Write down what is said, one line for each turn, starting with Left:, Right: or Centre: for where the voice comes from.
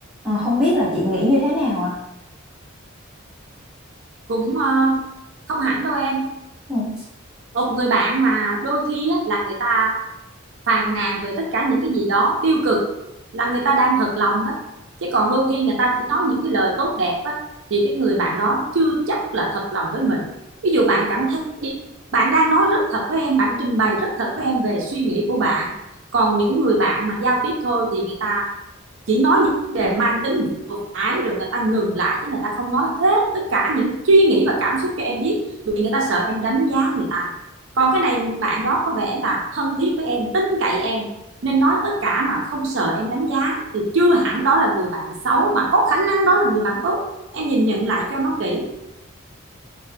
Centre: Ờ, không biết là chị nghĩ như thế nào ạ
Right: cũng ờ, không hẳn đâu em
Centre: à?
Right: một người bạn mà đôi khi á, là người ta phàn nàn về tất cả những cái gì đó tiêu cực là người ta đang thật lòng đó chứ còn đôi khi người ta chỉ nói những cái lời tốt đẹp á, thì cái người bạn đó chưa chắc là thật lòng với mình ví dụ bạn cảm thấy bạn đang nói rất thật với em bạn trình bày rất thật với em về suy nghĩ của bạn còn những người bạn mà giao tiếp thôi thì người ta chỉ nói những đề mang tính vừa phải rồi người ta ngừng lại chứ người ta không nói hết tất cả những suy nghĩ và cảm xúc cho em biết vì người ta sợ em đánh giá người ta còn cái này bạn đó có vẻ là thân thiết với em tin cậy em nên nói tất cả mà không sợ em đánh giá thì chưa hẳn đó là người bạn xấu mà có khả năng đó là người bạn tốt em nhìn nhận lại cho nó kỹ